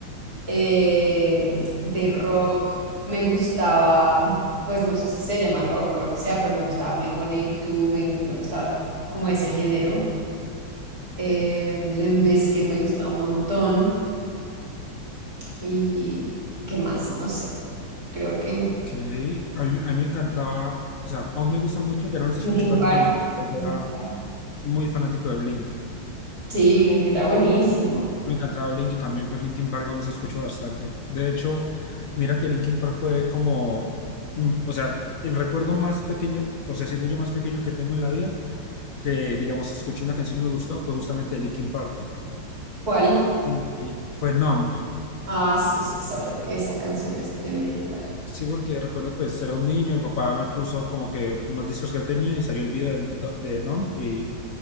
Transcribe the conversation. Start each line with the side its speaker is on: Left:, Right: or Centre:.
Right: eh, de rock. Me gustaba, pues no sé si se llama rock o lo que sea, pero me gustaba Blink-182, me, me gustaba como ese género. Eh, Limp Bizkit me gustaba un montón. ¿Y qué más? No sé. Creo que
Left: Ok, a mí, a mí me encantaba, o sea, aún me gustan mucho, ya no les escucho
Right: Linkin
Left: tanto
Right: Park.
Left: como antes, pero yo
Right: me
Left: era
Right: gustaba.
Left: muy fanático de Blink.
Right: Sí, Blink era buenísimo.
Left: Me encantaba Blink y también pues Linkin Park aún los escucho bastante. De hecho, mira que Linkin Park fue como, mm, o sea, el recuerdo más pequeño, o sea, siendo yo más pequeño que tengo en la vida, que digamos escuché una canción y me gustó, fue justamente de Linkin Park.
Right: ¿Cuál?
Left: Y, y fue Numb.
Right: Ah, sí, es que esa, peli- esa canción es tremenda.
Left: Sí, porque recuerdo pues era un niño, mi papá me puso como que unos discos que él tenía y salió el video de, de Numb y